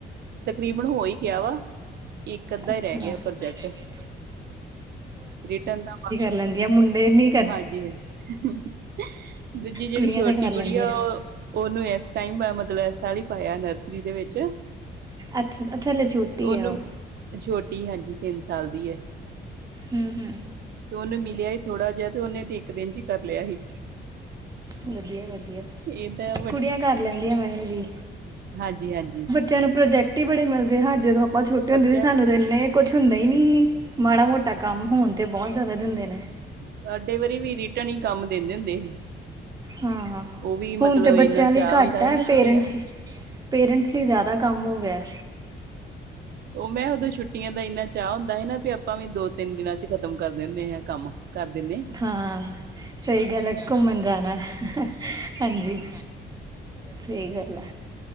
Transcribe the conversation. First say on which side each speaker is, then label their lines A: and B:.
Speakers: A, on the right; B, on the right.
A: ਤਕਰੀਬਨ ਹੋ ਹੀ ਗਿਆ ਵਾ। ਇੱਕ ਅੱਧਾ
B: ਅੱਛਾ
A: ਹੀ ਰਹਿ
B: ਅੱਧਾ
A: ਗਿਆ ਪ੍ਰੋਜੈਕਟ
B: ਹੀ ਰਹਿ ਗਿਆ
A: ਰਿਟਰਨ ਦਾ
B: ਲੈਂਦੀਆ ਮੁੰਡੇ ਨੀ
A: ਹਾਂਜੀ-ਹਾਂਜੀ ਦੂਜੀ ਜਿਹੜੀ
B: ਕੁੜੀਆਂ
A: ਛੋਟੀ
B: ਤੇ ਕਰ ਜਿਹੜੀ
A: ਕੁੜੀ
B: ਲੈਂਦੀਆਂ
A: ਆ ਉਹ ਓਨੂੰ ਇਸ ਟੈਮ ਮਤਲਬ ਇਹ ਸਾਲ ਹੀ ਪਾਇਆ ਨਰਸਰੀ ਦੇ ਵਿੱਚ।
B: ਅੱਛਾ-ਅੱਛਾ ਹਲੇ ਛੋਟੀ
A: ਤੇ ਉਹਨੂੰ
B: ਆ ਉਹ
A: ਛੋਟੀ ਹਾਂਜੀ ਤਿੰਨ ਸਾਲ ਦੀ ਐ
B: ਹੂੰ-ਹੂੰ
A: ਤੇ ਓਨੂੰ ਮਿਲਿਆ ਹੀ ਥੋੜਾ ਜਿਆ ਤੇ ਉਨੇ ਤੇ ਇੱਕ ਦਿਨ ਚ ਈ ਕਰ ਲਿਆ ਸੀ।
B: ਵਧੀਆ-ਵਧੀਆ
A: ਇਹ ਤਾਂ
B: ਕੁੜੀਆਂ ਕਰ ਲੈਂਦੀਆਂ ਵੈਸੇ ਵੀ।
A: ਹਾਂਜੀ-ਹਾਂਜੀ।
B: ਸਾਨੂੰ ਪ੍ਰਜੈਕਟ ਈ ਬੜੇ ਮਿਲਦੇ ਆ, ਸਾਡੇ ਜਦੋਂ ਆਪਾਂ ਛੋਟੇ
A: ਪ੍ਰੋਜੈਕਟ
B: ਹੁੰਦੇ ਸੀ। ਸਾਨੂੰ ਤਾਂ ਇੰਨੇ ਕੁਛ ਹੁੰਦਾ ਈ ਨੀ ਸੀ। ਮਾੜਾ ਮੋਟਾ ਕੰਮ ਹੋਣ ਤੇ ਬਹੁਤ ਜ਼ਿਆਦਾ ਦਿੰਦੇ ਨੇ।
A: ਸਾਡੇ ਵਾਰੀ ਵੀ ਰੀਟਨ ਈ ਕੰਮ ਦਿੰਦੇ ਹੁੰਦੇ ਸੀ।
B: ਹਾਂ-ਹਾਂ
A: ਉਹ ਵੀ
B: ਹੁਣ
A: ਮਤਲਬ
B: ਤੇ ਬੱਚਿਆਂ
A: ਇੰਨਾ ਚਾਅ
B: ਲਈ ਘੱਟ
A: ਹੁੰਦਾ
B: ਹੈ।
A: ਨਾ ਛੁੱਟੀਆਂ
B: ਪੇਰੈਂਟਸ
A: ਦਾ
B: ਪੇਰੈਂਟਸ ਲਈ ਜ਼ਿਆਦਾ ਕੰਮ ਹੋ ਗਿਆ।
A: ਓ ਮੈਂ ਉਦੋਂ ਛੁੱਟੀਆਂ ਦਾ ਇੰਨਾ ਚਾਅ ਹੁੰਦਾ ਸੀ, ਨਾ ਵੀ ਆਪਾਂ ਵੀ ਦੋ ਖ਼ਤਮ ਕਰ ਦਿੰਦੇ ਆ, ਕੰਮ ਕਰ ਦਿੰਨੇ
B: ਹਾਂ ਸਹੀ ਗੱਲ ਐ, ਘੁੰਮਣ ਜਾਣਾ ਹਾਂਜੀ ਸਹੀ ਗੱਲ ਐ।